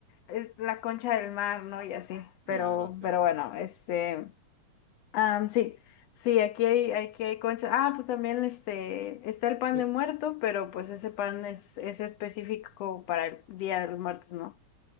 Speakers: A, on the left (about 75°); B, on the right (about 75°).
A: eh, la concha del mar, ¿no? Y así, pero,
B: claro, sí,
A: pero
B: sí.
A: bueno, este... Ah, sí, sí, aquí hay, aquí hay conchas. Ah, pues también este, está el pan
B: Pero,
A: de muerto, pero pues ese pan es, es específico para el Día de los Muertos, ¿no?